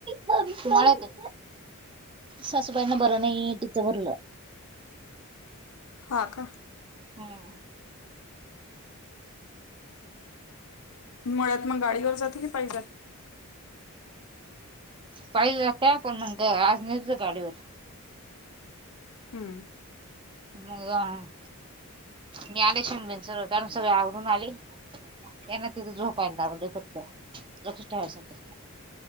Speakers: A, on the right; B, on the left.
A: माळा ते सासूबाईंना बरं नाही तिचं भरलं.
B: हा का.
A: हम्म
B: मळ्यात मग गाडीवर जाते की पायी जाते?
A: पाहि जात्या पण मग ग आज नेचं गाडीवर.
B: हम्म.
A: मग मी आले शन बन सगळ कारण सगळे आवरून आले. त्यांना तिथं झोपाय लावलं फक्त लक्ष ठेवायसाठी.